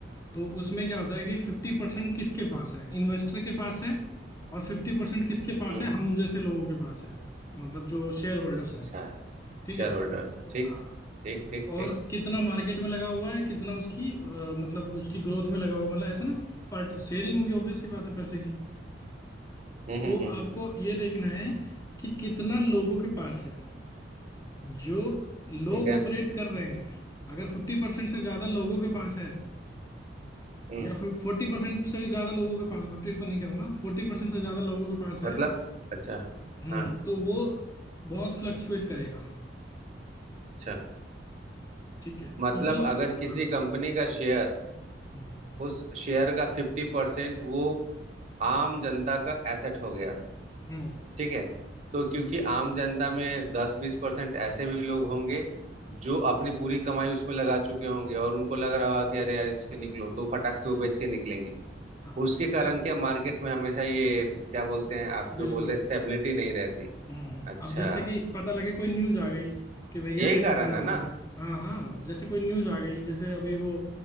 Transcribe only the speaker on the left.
तो उसमें क्या होता है कि फिफ्टी परसेंट किसके पास है इन्वेस्टर के पास है और फिफ्टी परसेंट किसके पास
है हम जैसे लोगों के पास है मतलब जो शेयर होल्डर्स
हैं ठीक
है
हाँ
और कितना मार्केट में लगा हुआ है कितना उसकी अ, मतलब उसकी ग्रोथ में लगा हुआ मतलब ऐसा ना पार्ट शेयरिंग होगी ऑब्वियस सी बात है पैसे की
तो
आपको
ये देखना है कि कितना लोगों के पास है जो लोग
ऑपरेट कर रहे हैं अगर फिफ्टी परसेंट से ज्यादा लोगों के पास है
या फिर फोर्टी परसेंट से ज्यादा लोगों के पास फिफ्टी तो नहीं कहूंगा फोर्टी परसेंट से ज्यादा लोगों के पास है
हम्म
तो वो बहुत फ्लक्चुएट करेगा
ठीक है
क्योंकि
हाँ
हम्म
हम्म
हाँ
तो
जब
बिल्कुल
हम्म हम्म,
अब जैसे कि पता लगे कोई न्यूज आ गई कि भैया
ये तो
खराब
हो गया हाँ हाँ जैसे कोई न्यूज आ गई जैसे अभी वो